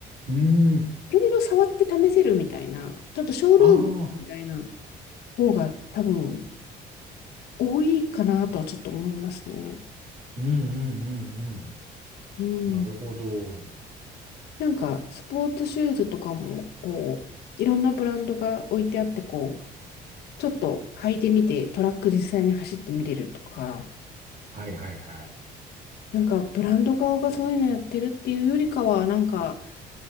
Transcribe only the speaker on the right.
うん。
ああ、
うんうんうんうん。
なるほど。
はいはいはい。